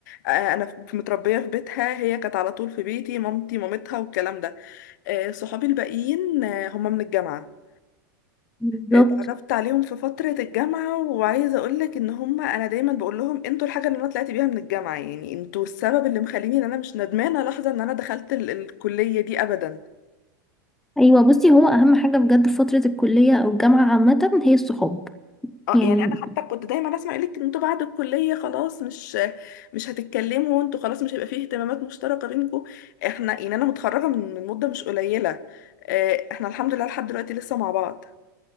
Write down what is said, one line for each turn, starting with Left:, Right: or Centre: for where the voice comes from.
Left: آه، أنا في- متربية في بيتها هي كانت على طول في بيتي مامتي مامتها والكلام ده آه، صحابي الباقيين آه، هم من الجامعة
Centre: بالظبط
Left: اتعرفت عليهم في فترة الجامعة وعايزة اقولك ان هم انا دايما بقول لهم انتوا الحاجة اللي انا طلعت بيها من الجامعة يعني انتوا السبب اللي مخليني ان انا مش ندمانة لحظة ان انا دخلت ال الكلية دي ابدا
Centre: ايوه بصي هو اهم حاجة بجد في فترة الكلية او الجامعة عامة هي الصحاب
Left: اه
Centre: يعني
Left: يعني انا حتى كنت دايما اسمع يقولك انتوا بعد الكلية خلاص مش مش هتتكلموا انتوا خلاص مش هيبقى فيه اهتمامات مشتركة بينكم احنا يعني انا متخرجة من من مدة مش قليلة آه، احنا الحمد لله لحد دلوقتي لسه مع بعض